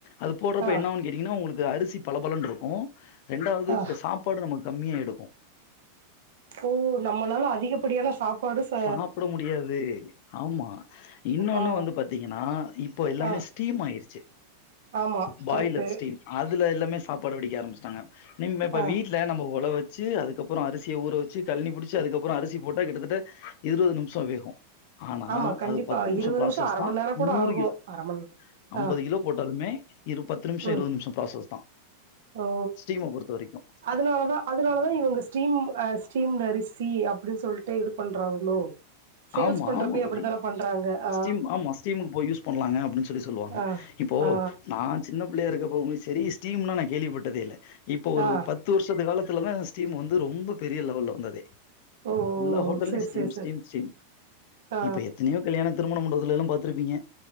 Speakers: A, on the left (about 45°); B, on the right (about 55°).
A: அது போடுறப்ப
B: ஆ,
A: என்னனாவு கேட்டீங்கன்னா உங்களுக்கு அரி சி பலபலன்ருக்கு ரெண்டாவது
B: ஆ.
A: சாப்பாடு நமக் கம்மியா எடுக்கு
B: ஓ நம்மளால அதிகப்படியான சாப்பாடு சாப்
A: சாப்பிட முடியாது ஆமா இன்னொன்னு
B: ஆ
A: வந்து பாத்தீங்கன்னா இப்போ எல்லாமே
B: ஆ
A: ஸ்டீம் ஆயிருச்சி
B: ஆமா
A: பாய்லர்
B: கரெக்ட்டு
A: ஸ்டீம் அதுல எல்லாமே சாப்பாடு வடிக்க ஆரம்ச்சிடாங்க நிம்ம இப்ப
B: ஆ
A: வீட்ல நம்ம ஒழ வச் வச்சி அதுக்கப்புறோ அரிசிய ஊற வச்சி கல்னி புடிச்ச அதுக்கப்புறோ அரிசி போட்ட கிட்டத்தட்ட இருவது நிமிஷோ வேகு ஆனா
B: ஆமா கண்டிப்பா
A: அது பத்து நிமிஷோ
B: இருவது
A: பிராசஸ்தா
B: அர மண் நேரோ கூட
A: நூறு
B: ஆகு
A: கிலோ
B: அர மண்
A: ஐம்பது
B: ஆ
A: கிலோ போட்டாலுமே இரு பத்து நிமிஷோ
B: ம்
A: இருவது நிமிஷோ ப்ராசஸ் தா
B: ஓ
A: ஸ்டீம பொறுத்த வரைக்கு
B: அதனாலதா அதனாலதா இவுங்க ஸ்டீம் அ ஸ்டீம்டு அரிசி அப்பிடின் சொல்ட்டு இது பண்றாங்களோ சேல்ஸ்
A: ஆமா
B: பண்றப்பயே
A: ஆமா தோழி
B: அப்டித்தான பண்றாங்க ஆ
A: ஸ்டீம் ஆமா ஸ்டீம் ஸ்டீம்க்கு போய் யூஸ் பண்ணலாங்க அப்பிடின் சொல்லி சொல்லுவாங்க
B: ஆ
A: இப்போ
B: ஆ
A: நா சின் சின்ன புள்ளையா இருக்கப்போவு சேரி ஸ்டீம்னா நா கேள்விப்பட்டதே இல்ல இப்ப ஒரு
B: ஆ
A: பத்து வருஷத்து காலத் த்துலதா ஸ்டீம் வந்து ரொம்ப பெரிய லெவல்ல வந்ததே
B: ஓ
A: எல்லா ஹோட்டலயு
B: சேரி
A: ஸ்டீம்
B: சேரி சேரி
A: ஸ்டீம் ஸ்டீம்
B: ஆ
A: இப்ப எத்தனையோ கல்யாணோ திருமண மண்டபத்துல்லா பாத்திருப்பீங்க